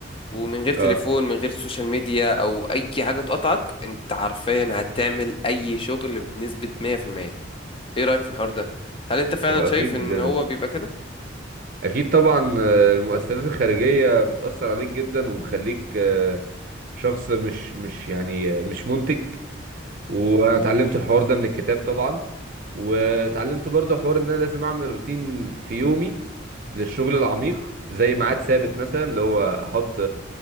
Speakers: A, on the left (about 30°); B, on the right (about 45°).
A: ومن غير تليفون
B: اه
A: من غير سوشيال ميديا او اي حاجة تقطعك انت حرفيا هتعمل اي شغل بنسبة 100% ايه رأيك في الحوار ده هل انت فعلا
B: هو
A: شايف
B: اكيد
A: ان هو بيبقى كده
B: اكيد طبعا آه، المؤثرات الخارجيه بتاثر عليك جدا وبتخليك آه، شخص مش مش يعني آه، مش منتج وانا اتعلمت الحوار ده من الكتاب طبعا واتعلمت برضه حوار ان انا لازم اعمل روتين في يومي للشغل العميق زي ميعاد ثابت مثلا اللي هو هحط